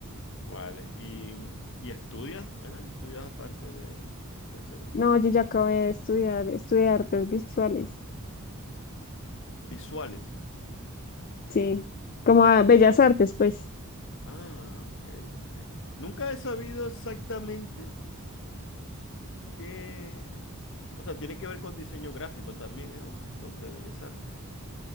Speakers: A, on the left; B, on the left.
A: Vale. ¿Y, y estudias, Ana? ¿Estudias aparte de, de hacer esto?
B: No, yo ya acabé de estudiar, estudié artes visuales,
A: Visuales.
B: sí, como a bellas artes, pues.
A: Ah, ok, ok. Nunca he sabido exactamente qué. O sea, tiene que ver con diseño gráfico también, ¿eh? Esto de Bellas Artes.